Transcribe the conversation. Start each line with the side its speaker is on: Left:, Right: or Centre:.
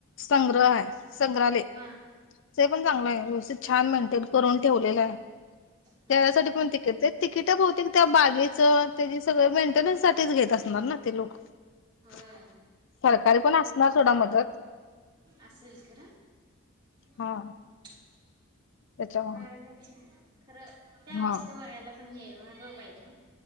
Left: संग्रह
Right: हा
Left: आहे. संग्रहालय
Right: हा
Left: ते पण चांगलं आहे व्यवस्थित छान मेंटेन करून ठेवलेलं आहे.
Right: हा
Left: त्यावसाठी कोणती. ते तिकिट बहुतेक त्या बागेचं त्याची सगळं मेंटेनन्स साठीच घेत असणार ना ते लोक.
Right: होय
Left: सरकारी पण असणार सोडा मदत.
Right: असंशल खरां हम्मं.
Left: हा त्याच्यामुळे
Right: महाराजांच्या खरं त्यां
Left: हा
Right: वस्तूं वघांयला पणं हे महत्त्व पाहिजे.